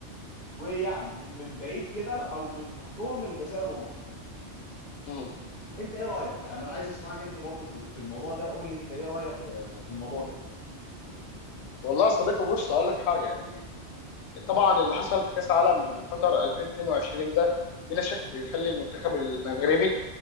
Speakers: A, on the left; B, on the left.
A: ويعني من بعيد كده او من تحتهم الجزائر ومصر
B: امم
A: انت ايه رايك يعني انا عايز اسمعك انت برضه في في الموضوع ده قول لي انت ايه رايك في في الموضوع ده
B: والله يا صديقي بص هقول لك حاجة يعني طبعا اللي حصل في كاس عالم قطر 2022 ده بلا شك بيخلي المنتخب المغربي